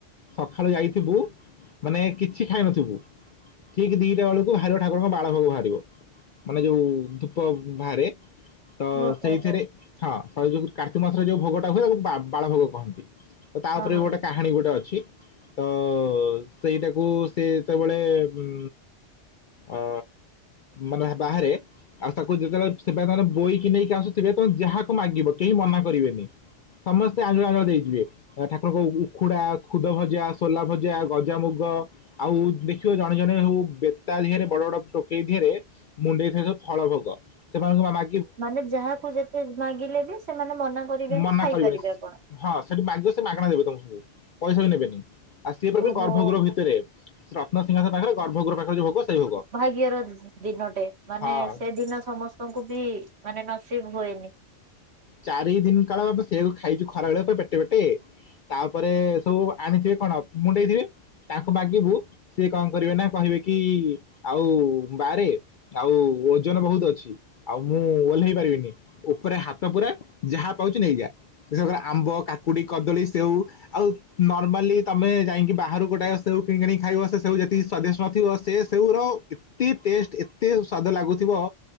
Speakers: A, on the left (about 55°); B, on the right (about 60°).
A: ସଖାଳୁ ଯାଇଥିବୁ, ମାନେ କିଛି ଖାଇ ନଥିବୁ ଠିକ୍ ଦିଟା ବେଳୁକୁ ବାହାରିବ ଠାକୁରଙ୍କ ବାଳଭୋଗ ଭାରିବ, ମାନେ ଯୋଉ ଧୂପ ବାହାରେ, ତ
B: ଓହୋ ହୋ
A: ସେଇଥେରେ
B: ହଁ
A: ହଁ ହେଇ ଯୋଗୁ କାର୍ତିକ ମାସରେ ଯୋଉ ଭୋଗଟା ହୁଏ ତାକୁ ବା ବାଳ ଭୋଗ କହନ୍ତି। ତ ତା ଉପରେ
B: ହଁ
A: ବି ଗୋଟେ
B: ହଁ
A: କାହାଣୀ ଗୋଟେ ଅଛି। ତ ସେଇଟାକୁ ସେ ଯେତବେଳେ ଉ ଅ ମାନେ ବାହାରେ। ଆଉ ତାକୁ ଯେତେବେଳେ ସେ ପାଇକ ମାନେ ବୋହିକି ନେଇକି ଆସୁଥିବେ ତମେ ଯାହାକୁ ମାଗିବ କେହି ମନା କରିବେନି। ସମସ୍ତେ ଆଞ୍ଜୁଳା ଆଞ୍ଜୁଳା ଦେଇଯିବେ। ଠାକୁରଙ୍କ ଉଖୁଡା ଖୁଦ ଭଜା ସୋଲା ଭଜା ଗଜାମୁଗ। ଆଉ ଦେଖିବ ଜଣେ ଜଣେ ସବୁ ବେତା ଦିହେରେ ବଡ ବଡ ଟୋକେଇ ଦିହେରେ ମୁଣ୍ଡେଇ ଥିବେ ସବୁ। ଫଳ ଭୋଗ ସେମାନଙ୍କୁ ମା ମା
B: ମାନେ ଯାହାକୁ ଯେତେ ମାଗିଲେ ବି ସେମାନେ ମନା କରିବେନି
A: ମନା
B: ଖାଇପାରିବେ
A: କରିବେନି
B: ଆପଣ।
A: ହଁ ସେଠି ମାଗିବ ସେ ମାଗଣା ଦେବେ ତମୁକୁ ପଇସା ବି ନେବେନି। ଆଉ ସିଏ ପୁରାପୁରି
B: ଓହୋ।
A: ଗର୍ଭଗୃହ ଭିତରେ ରତ୍ନସିଂହାସ ପାଖରେ ଗର୍ଭଗୃହ ପାଖରେ ଯୋଉ ଭୋଗ ସେଇ ଭୋଗ।
B: ଦିଅର ଦି ଦି ଦିନଟେ ମାନେ
A: ହଁ
B: ସେଦିନ ସମସ୍ତଙ୍କୁ ବି ମାନେ ନସିିବ୍ ହୁଏନି।
A: ଚାରି ଦିନ୍ କାଳ ଆମ ସେଇଆକୁ ଖାଇଚୁ ଖରା ବେଳେ ପୁରା ପେଟେ ପେଟେ। ତାପରେ ସବୁ ଆଣିଥିବେ କଣ ମୁଣ୍ଡେଇଥିବେ। ତାଙ୍କୁ ମାଗିବୁ ସିଏ କଣ କରିବେ ନା କହିବେ କି ଆଉ ବାରେ। ଆଉ ଓଜନ ବହୁତୁ ଅଛି ଆଉ ମୁଁ ଓହ୍ଲେଇ ପାରିବିନି ଉପରେ ହା ତ ପୁରା ଯାହା ପାଉଚୁ ନେଇଯା ବିଶ୍ୱାସ କର ଆମ୍ବ କାକୁଡି କଦଳୀ ସେଉ। ଆଉ ନର୍ମାଲି ତମେ ଯାଇଁକି ବାହାରୁ ଗୋଟାଏ ସେଉ କିଣିକି ଆଣିକି ଖାଇବ ସେ ସେଉ ଯେତିକି ସ୍ଵାଦିଷ୍ଟ୍ ନଥିବ ସେ ସେଉ ର ଏତେ ଟେଷ୍ଟ ଏତେ ସ୍ଵାଦ ଲାଗୁଥିବ